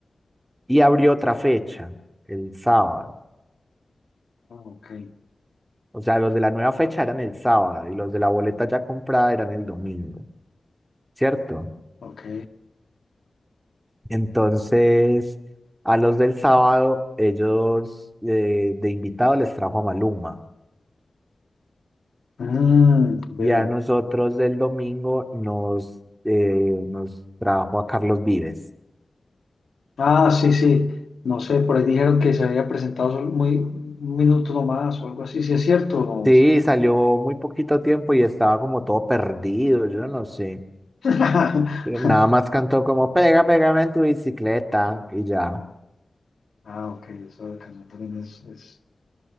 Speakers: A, on the right; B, on the left.
A: y abrió otra fecha, el sábado.
B: Ah, ok,
A: O sea, los de la nueva fecha eran el sábado y los de la boleta ya comprada eran el domingo, ¿cierto?
B: ok.
A: Entonces, a los del sábado, ellos eh, de invitado les trajo a Maluma
B: Mm, veo.
A: y a nosotros del domingo nos, eh, nos trajo a Carlos Vives.
B: Ah, sí, sí, no sé, por ahí dijeron que se había presentado solo muy, un minuto nomás o algo así, si es cierto o
A: Sí,
B: no, Sí, es cierto.
A: salió muy poquito tiempo y estaba como todo perdido, yo no sé.
B: <laughs>
A: Eh, Nada más cantó como pega, pégame en tu bicicleta y ya.
B: Ah, ok, eso de Cancún también es, es,